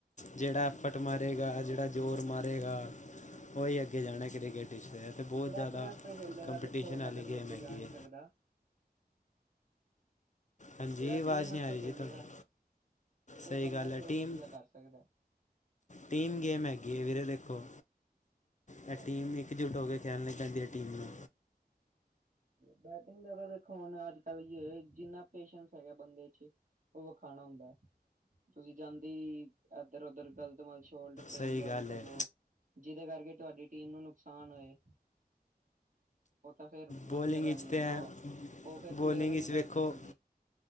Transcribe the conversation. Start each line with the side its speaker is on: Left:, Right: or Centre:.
Left: ਜਿਹੜਾ ਐਫਟ ਮਾਰੇੇਗਾ, ਜਿਹੜਾ ਜ਼ੋਰ ਮਾਰੇਗਾ ਉਹ ਹੀ ਅੱਗੇ ਜਾਣਾ ਕ੍ਰਿਕਟ ਖਸ਼ਦੇ ਐ ਤੇ
Right: ਜਿਹੜਾ
Left: ਬਹੁਤ ਜ਼ਿਆਦਾ
Right: ਆਪਣੇ ਵਾਸਤੇ ਖੇਲੇਗਾ
Left: ਕੰਪੀਟੀਸ਼ਨ
Right: ਦੇਖੋ ਉਹ ਤਾਂ
Left: ਆਲੀ
Right: ਕਦੀ
Left: ਗੇਮ
Right: ਅੱਗੇ
Left: ਹੈਗੀ
Right: ਜਾ ਨਹੀਂ
Left: ਏ।
Right: ਸਕਦਾ।
Left: ਹਾਂਜੀ,
Right: ਜਿਹੜਾ
Left: ਆਵਾਜ਼
Right: ਟੀਮ ਵਾਸਤੇ
Left: ਨਹੀਂ ਆ ਰਹੀ
Right: ਖੇਲੇਗਾ
Left: ਜੀ ਤੁਹਾਡੀ।
Right: ਉਹ
Left: ਸਹੀ
Right: ਬੰਦਾ
Left: ਗੱਲ ਐ
Right: ਸਿਰਫ
Left: ਟੀਮ
Right: ਵਧੀਆ ਕਰ ਸਕਦਾ।
Left: ਟੀਮ ਗੇਮ ਹੈਗੀ ਐ ਵੀਰੇ ਦੇਖੋ,
Right: ਸਹੀ
Left: ਇਹ
Right: ਗੱਲ
Left: ਟੀਮ
Right: ਏ।
Left: ਇੱਕ ਜੁੱਟ ਹੋ ਕੇ ਖੇਲਣੀ ਪੈਂਦੀ ਹੈ ਟੀਮ ਨੂੰ
Right: ਬੈਟਿੰਗ ਦਾ ਤਾਂ ਦੇਖੋ ਹੁਣ ਅੱਜ-ਕੱਲ ਜਿੰਨਾ ਪੇਸ਼ੈਂਸ ਹੈਗਾ ਬੰਦੇ ਚ ਉਹ ਵਿਖਾਣਾ ਹੁੰਦਾ। ਤੁਸੀਂ ਜਾਂਦੀ ਇੱਧਰ-ਉੱਧਰ ਗਲਤ ਮਲਤ ਸ਼ੋਲਡ ਖੇਲ
Left: ਸਹੀ
Right: ਕੇ ਆਊਟ
Left: ਗੱਲ
Right: ਹੋ
Left: ਹੈ
Right: ਜਾਓ, ਜਿਹਦੇ ਕਰਕੇ ਤੁਹਾਡੀ ਟੀਮ ਨੂੰ ਨੁਕਸਾਨ ਹੋਏ। ਉਹ ਤਾਂ ਫੇਰ
Left: ਬੋਲਿੰਗ
Right: ਵਧੀਆ ਗੱਲ
Left: ਵਿੱਚ
Right: ਨੀ
Left: ਤਾਂ
Right: ਹੈ
Left: ਏ,
Right: ਨਾ ਉਹ ਫੇਰ
Left: ਬੋਲਿੰਗ
Right: ਪਲੇਅਰ ਵਾਲੀ
Left: ਵਿੱਚ
Right: ਗੱਲ
Left: ਵੇਖੋ
Right: ਨੀ ਬਣਦੀ